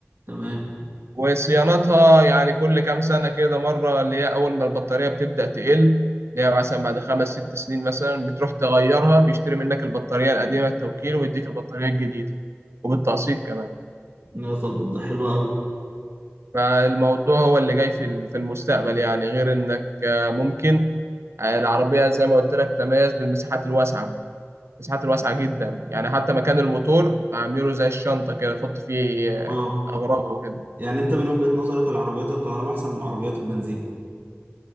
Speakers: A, on the right; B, on the right.
A: تمام
B: وصيانتها يعني كل كام سنة كده مرة اللي هي أول ما البطارية بتبدأ تقل اللي هي مثلا بعد خمس ست سنين مثلا بتروح تغيرها بيشتري منك البطارية القديمة التوكيل ويديك البطارية الجديدة وبالتقسيط كمان
A: لا طب ده حلو قوي
B: فالموضوع هو اللي جاي في ال- في المستقبل يعني غير إنك آه، ممكن آه، العربية زي ما قلت لك تميز بالمساحات الواسعة المساحات الواسعة جدا يعني حتى مكان الموتور عامله زي الشنطة كده تحط فيه آه،
A: اه
B: أغراض وكده
A: يعني انت من وجهة نظرك العربيات الكهرباء احسن من العربيات البنزين